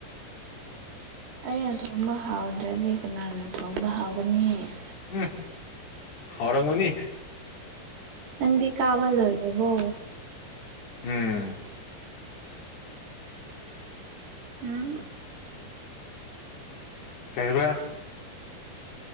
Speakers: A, on the right; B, on the left.
A: ꯑꯩꯅ ꯊꯣꯡꯕ ꯍꯥꯎꯇꯗꯤ ꯀꯅꯥꯅ ꯊꯣꯡꯕ ꯍꯥꯎꯒꯅꯤ
B: ꯎꯝ ꯍꯥꯎꯔꯝꯒꯅꯤ
A: ꯅꯪꯗꯤ ꯀꯥꯕ ꯂꯣꯏꯔꯕꯣ
B: ꯎꯝ
A: ꯎꯝ
B: ꯀꯩꯕ